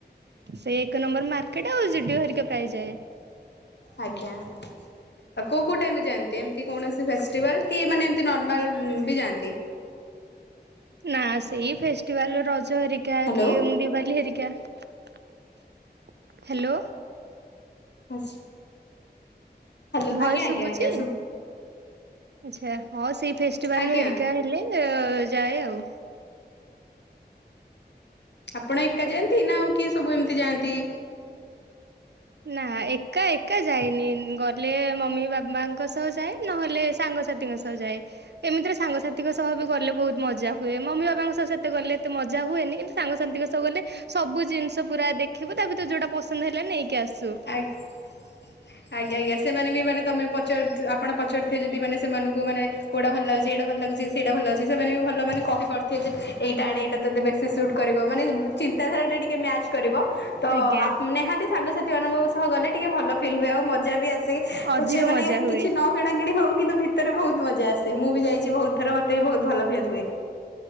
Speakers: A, on the right (about 75°); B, on the left (about 80°).
A: ସେଇ ଏକ ନମ୍ବର ମାର୍କେଟ ଆଉ ଯୁଡିଓ ହେରିକା ପ୍ରାୟ ଯାଏ।
B: ଆଜ୍ଞା। ଆଉ କୋଉ କୋଉ ଟାଇମରେ ଯାଆନ୍ତି ଏମିତି କୌଣସି ଫେଷ୍ଟିଭାଲ କି ମାନେ ଏମତି ନର୍ମାଲ ବି ଯାଆନ୍ତି।
A: ନା ସେଇ ଫେଷ୍ଟିଭାଲ ରଜ ହେରିକା
B: ହ୍ୟାଲୋ
A: କି ଦିବାଲି ହେରିକା। ହ୍ୟାଲୋ।
B: ଆଚ୍ଛା। ହ୍ୟାଲୋ
A: ଭଏସ୍
B: ଆଜ୍ଞା
A: ଶୁଭୁଛି?
B: ଆଜ୍ଞା ଆଜ୍ଞା
A: ଆଛା ହଁ, ସେଇ ଫେଷ୍ଟିଭାଲ
B: ଆଜ୍ଞା
A: ହେରିକା। ହେଲେ ଯାଏ ଆଉ।
B: ଆପଣ ଏକା ଯାଆନ୍ତି? ନା ଆଉ କିଏ ସବୁ ଏମିତି ଯାଆନ୍ତି?
A: ନା ଏକା ଏକା ଯାଏନି ଗଲେ ମମି ବାବାଙ୍କ ସହ ଯାଏ ନହେଲେ ସାଙ୍ଗସାଥିଙ୍କ ସହ। ଯାଏ। ଏମିତିରେ ସାଙ୍ଗସାଥିଙ୍କ ସହ ବି ଗଲେ ବହୁତ ମଜା ହୁଏ। ମମି ବାବାଙ୍କ ସହ ସେତେ ଗଲେ ଏତେ ମଜା ହୁଏନି, କିନ୍ତୁ ସାଙ୍ଗସାଥିଙ୍କ ସହ ଗଲେ ସବୁ ଜିନିଷ ପୁରା ଦେଖିବୁ ତା ଭିତରେ ଯୋଉଟା ପସନ୍ଦ ହେଲା ନେଇକି ଆସୁ।
B: <unintelligible> ଆଜ୍ଞା ଆଜ୍ଞା ସେମାନେ ବି ମାନେ ତମେ ପଚାରୁ ଆପଣ ପଚାରୁଥିବେ ଯଦି ମାନେ ସେମାନଙ୍କୁ ମାନେ କୋଉଟା ଭଲ ଲାଗୁଛି ଏଇଟା ଭଲ ଲାଗୁଛି ସେଟା ଭଲ ଲାଗୁଛି ସେମାନେ ବି ଭଲ ମାନେ କହିପାରୁଥିବେ ଯେ ଏଇଟା ଆଣ ଏଇଟା ତତେ ବେଶୀ ସୁଟ କରିବ ମାନେ ଚିନ୍ତାଧାରା ଟା ଟିକେ ମ୍ୟାଚ କରିବ। ତ
A: ଆଜ୍ଞା
B: ନିହାତି ସାଙ୍ଗସାଥି ମାନଙ୍କ ସହ ଗଲେ ଟିକେ ଭଲ ଫିଲ୍ ହୁଏ ଆଉ ମଜା ବି ଆ ସେ
A: ଅଧିକ
B: ତ ସେମାନେ ମାନେ
A: ମଜା ହୁଏ
B: କିଛି ନ କିଣା କିିଣି ହଉ କିନ୍ତୁ ଭିତରେ ବହୁତ ମଜା ଆସେ ମୁଁ ବି ଯାଇଛି ବହୁତ ଥର ମତେ ବି ବହୁତ ଭଲ ଫିଲ୍ ହୁଏ।